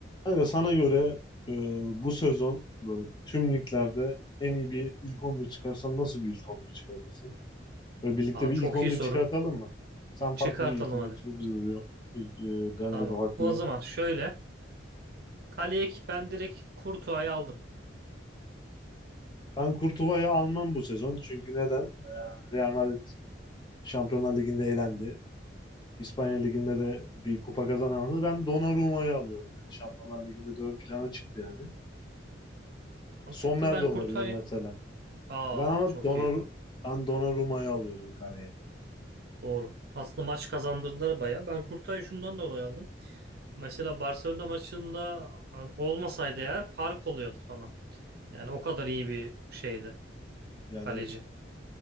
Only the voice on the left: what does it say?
Kanka sana göre e, bu sezon böyle tüm liglerde en iyi bir ilk 11 çıkarsan nasıl bir ilk 11 çıkartırsın? Böyle birlikte
bir
ilk 11
çıkartalım mı? Sen
farklı bir ilk 11
çıkart, biz de bir, ilk- e, ben
de bir farklı
bir.
Ben Kurtuva'yı almam bu sezon. Çünkü neden? E, Real Madrid Şampiyonlar Ligi'nde elendi. İspanya Ligi'nde de bir kupa kazanamadı. Ben Donnarumma'yı alıyorum. Yani Şampiyonlar Ligi'nde de ön plana çıktı yani.
Sommer
de olabilir
mesela.
Ben ama
Donnarumma
ben Donnarumma'yı alıyorum kareye.
Yani